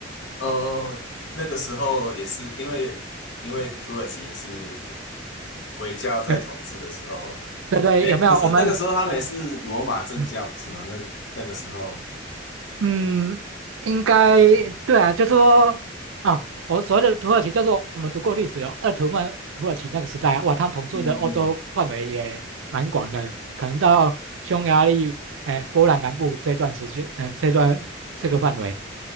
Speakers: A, on the left; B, on the right.
A: 哦，那个时候也是因为因为土耳其也是。回教在统治的时候，
B: 有，对对，
A: 哎，
B: 有没有？
A: 可是那个时候他们也是罗马正教，
B: 我们，嗯
A: 不是吗？那个那个时候，
B: 嗯，应该对啊，就是说啊，我所谓的土耳其，就是我们读过历史有鄂图曼土耳其那个时代啊，哇，他统治的欧洲范围也蛮广的，
A: 嗯嗯，
B: 可能到匈牙利、哎、波兰南部这段时间，嗯、这段这个范围，